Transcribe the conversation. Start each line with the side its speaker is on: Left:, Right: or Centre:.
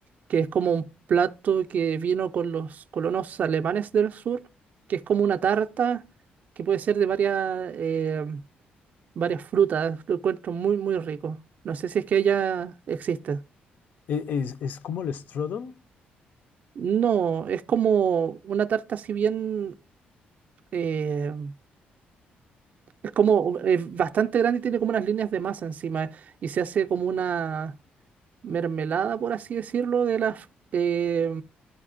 Right: que es como un plato que vino con los colonos alemanes del sur, que es como una tarta que puede ser de varias, eh, varias frutas. Lo encuentro muy, muy rico. No sé si es que ella existe.
Left: ¿E- ¿Es, es como el strudel?
Right: No, es como una tarta, si bien eh, es como eh, bastante grande y tiene como unas líneas de masa encima y se hace como una mermelada, por así decirlo, de las, eh,